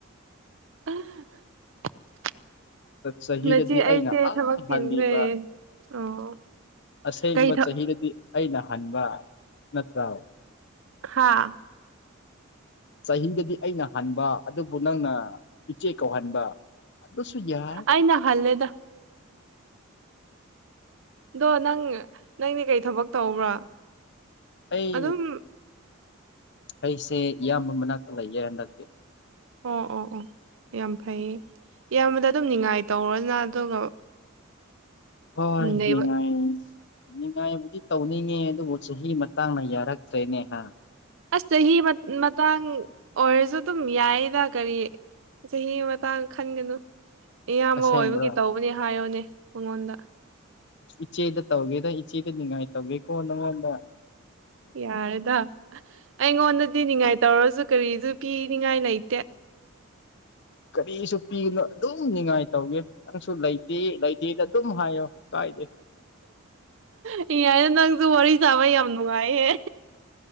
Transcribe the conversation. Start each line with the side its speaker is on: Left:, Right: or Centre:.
Right: <unintelligible>
Left: ꯆꯍꯤꯗꯗꯤ
Right: ꯅꯆꯦ ꯑꯩꯁꯦ
Left: ꯑꯩꯅ ꯑ
Right: ꯊꯕꯛ ꯆꯤꯟꯈ꯭ꯔꯦ
Left: ꯍꯜꯂꯤꯕ
Right: ꯑꯣ
Left: ꯑꯁꯦꯡꯕ
Right: ꯀꯩ ꯊ
Left: ꯆꯍꯤꯗꯗꯤ ꯑꯩꯅ ꯍꯟꯕ ꯅꯠꯇ꯭ꯔꯥꯎ
Right: ꯍꯥꯥ
Left: ꯆꯍꯤꯗꯗꯤ ꯑꯩꯅ ꯍꯟꯕ ꯑꯗꯨꯕꯨ ꯅꯪꯅ ꯏꯆꯦ ꯀꯧꯍꯟꯕ ꯑꯗꯨꯁꯨ ꯌꯥꯏ
Right: ꯑꯩꯅ ꯍꯜꯂꯦꯗ ꯑꯗꯣ ꯅꯪ ꯅꯪꯗꯤ ꯀꯩ ꯊꯕꯛ ꯇꯧꯕ꯭ꯔꯥ
Left: ꯑꯩ
Right: ꯑꯗꯨꯝ
Left: ꯑꯩꯁꯦ ꯏꯌꯥꯝꯕ ꯃꯅꯥꯛꯇ ꯂꯩꯌꯦꯦ ꯍꯟꯗꯛꯀꯤ
Right: ꯑꯣ ꯑꯣ ꯑꯣ ꯌꯥꯝ ꯐꯩꯌꯦ ꯏꯌꯥꯝꯕꯗ ꯑꯗꯨꯝ ꯉꯥꯏ ꯇꯧꯔꯅ ꯑꯗꯨꯒ
Left: ꯍꯉ
Right: ꯅꯩꯕ
Left: ꯅꯤꯡꯉꯥꯏꯕꯨꯗꯤ ꯇꯧꯅꯤꯡꯉꯦ ꯑꯗꯨꯕꯨ ꯆꯍꯤ ꯃꯇꯥꯡꯅ ꯌꯥꯔꯛꯇ꯭ꯔꯦꯅꯦꯍ
Right: ꯑꯁ ꯆꯍꯤ ꯃꯇꯥꯡ ꯑꯣꯏꯔꯁꯨ ꯎꯝ ꯌꯥꯏꯌꯦꯗ ꯀꯔꯤ ꯆꯍꯤ ꯃꯇꯥꯡ ꯈꯟꯒꯅꯨ ꯏꯌꯥꯝꯕ
Left: ꯑꯁꯦꯡꯕ꯭ꯔꯣ
Right: ꯑꯣꯏꯕꯒꯤ ꯇꯧꯕꯅꯦ ꯍꯥꯏꯌꯣꯅꯦ ꯃꯉꯣꯟꯗ
Left: ꯏꯆꯦꯗ ꯇꯧꯒꯦꯗ ꯏꯆꯗ ꯅꯤꯡꯉꯥꯏ ꯇꯧꯦꯣ ꯅꯪꯗ
Right: ꯌꯥꯔꯦꯗ ꯑꯩꯉꯣꯟꯗꯗꯤ ꯅꯤꯡꯉꯥꯏ ꯇꯧꯔꯁꯨ ꯀꯔꯤꯁꯨ ꯄꯤꯅꯤꯡꯉꯥꯏ ꯂꯩꯇꯦ <inaudible>
Left: ꯀꯔꯤꯁꯨ ꯄꯤꯒꯅꯨ ꯑꯗꯨꯝ ꯉꯥꯏ ꯇꯧꯒꯦ ꯅꯪꯁꯨ ꯂꯩꯇꯦ ꯂꯩꯇꯦꯗ ꯑꯗꯨꯝ ꯍꯥꯏꯌꯣ ꯀꯥꯏꯗꯦ
Right: ꯌꯥꯏꯅ ꯅꯪꯁꯨ ꯋꯥꯔꯤ ꯆꯕ ꯌꯥꯝ ꯂꯅꯨꯡꯉꯥꯏꯑꯦ